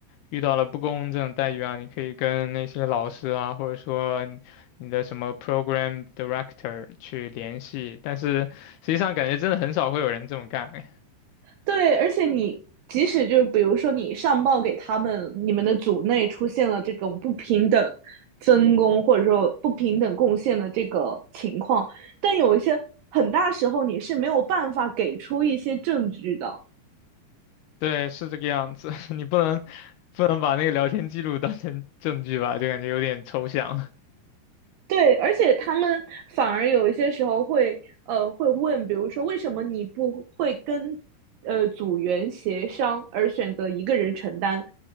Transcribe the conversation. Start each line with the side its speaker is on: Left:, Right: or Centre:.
Left: 遇到了不公正的待遇啊，你可以跟那些老师啊，或者说你你的什么 program director 去联系。但是实际上，感觉真的很少会有人这么干。哎，
Right: 对，而且你即使就是比如说你上报给他们，你们的组内出现了这种不平等分工或者说不平等贡献的这个情况，但有一些很大时候你是没有办法给出一些证据的。
Left: 对，是这个样子。<laughs> 你不能不能把那个聊天记录当成证据吧，就感觉有点抽象。
Right: 对，而且他们反而有一些时候会，呃，会问，比如说为什么你不会跟，呃，组员协商而选择一个人承担？